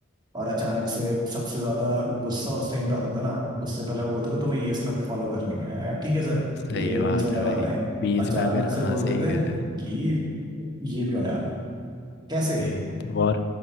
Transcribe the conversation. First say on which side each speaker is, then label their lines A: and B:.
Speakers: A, on the right; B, on the left.
A: और अचानक से सबसे ज्यादा गुस्सा उस टाइम पे आता था ना उससे पहले वो बोलते थे तुम्हें ये स्क्रिप्ट फॉलो करनी है मैंने कहा, ठीक है सर
B: सही
A: ये
B: है,
A: इवेंट्स
B: बात
A: होने
B: है
A: वाले
B: भाई
A: हैं
B: बीच
A: अचानक
B: में अगर
A: से
B: हाँ
A: बोलते
B: सही
A: थे
B: कह रहे हैं
A: कि ये भी होने वाला है कैसे
B: हम्म, और